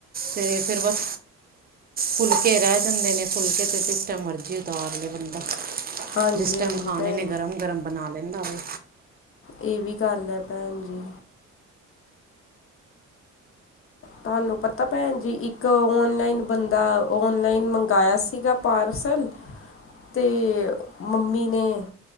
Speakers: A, on the right (about 30°); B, on the left (about 45°).
A: ਤੇ ਫੇਰ, ਬੱਸ। ਫੁਲਕੇ ਰੈ ਜਾਂਦੇ ਨੇ, ਫੁਲਕੇ ਤੇ ਜਿਸ ਟੈਮ ਮਰਜੀ ਉਤਾਰ ਲੇ ਬੰਦਾ।
B: ਹਾਂਜੀ
A: ਜਿਸ ਟੈਮ
B: ਹਾਂਜੀ
A: ਖਾਨੇ
B: ਭੈਣ
A: ਨੇ ਗਰਮ-ਗਰਮ ਬਨਾ ਲੈਂਦਾ ਵੇ।
B: ਏ ਵੀ ਗਾੱਲ ਏ, ਭੈਨ ਜੀ। ਤੂਆਨੂੰ ਪਤੈ ਭੈਨ ਜੀ, ਇੱਕ ਓਨਲਾਈਨ ਬੰਦਾ, ਓਨਲਾਈਨ ਮੰਗਾਏਆ ਸ ਸੀਗਾ ਪਾਰਸਲ, ਤੇ ਮੰਮੀ ਨੇ